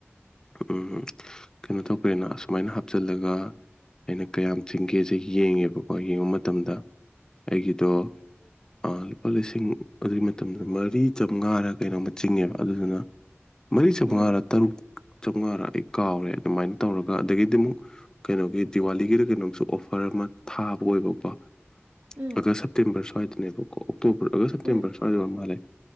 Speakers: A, on the left; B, on the right.
A: ꯎꯝ ꯀꯩꯅꯣ ꯇꯧ ꯀꯩꯅꯣ ꯑꯗꯨꯃꯥꯏꯅ ꯍꯥꯞꯆꯤꯜꯂꯒ ꯑꯩꯅ ꯀꯌꯥꯝ ꯆꯤꯡꯒꯦꯁꯦ ꯌꯦꯡꯉꯦꯕꯀꯣ ꯌꯦꯡꯕ ꯃꯇꯝꯗ ꯑꯩꯒꯤꯗꯣ ꯥꯑꯥ ꯂꯨꯄꯥ ꯂꯤꯁꯤꯡ ꯑꯗꯨꯒꯤ ꯃꯇꯝꯗ ꯃꯔꯤ ꯆꯥꯝꯃꯉꯥꯔ ꯀꯩꯅꯣꯝꯃ ꯆꯤꯡꯉꯦꯕ ꯑꯗꯨꯗꯨꯅ ꯃꯔꯤ ꯆꯥꯝꯃꯉꯥꯔꯥ
B: ꯎꯝ
A: ꯇꯔꯨꯛ ꯆꯥꯝꯃꯉꯥꯔꯥ ꯑꯩ ꯀꯥꯎꯔꯦ ꯑꯗꯨꯃꯥꯏꯅ ꯇꯧ ꯑꯗꯒꯤꯗꯤ ꯑꯃꯨꯛ ꯀꯩꯅꯣꯒꯤ ꯗꯤꯋꯥꯂꯤꯒꯤꯔ ꯀꯩꯅꯣꯝꯁꯨ ꯑꯣꯐꯔ ꯑꯃ ꯊꯥꯕ ꯑꯣꯏꯕꯀꯣ
B: ꯎꯝ
A: ꯑꯥꯒꯁ ꯁꯦꯞꯇꯦꯝꯕꯔ ꯁ꯭ꯋꯥꯏꯗꯅꯦꯕꯀꯣ ꯑꯣꯛꯇꯣꯕꯔ ꯑꯥꯒꯁ ꯁꯦꯞꯇꯦꯝꯕꯔ
B: ꯎꯝ
A: ꯁ꯭ꯋꯥꯏꯗ ꯑꯣꯏꯔ ꯃꯥꯜꯂꯦ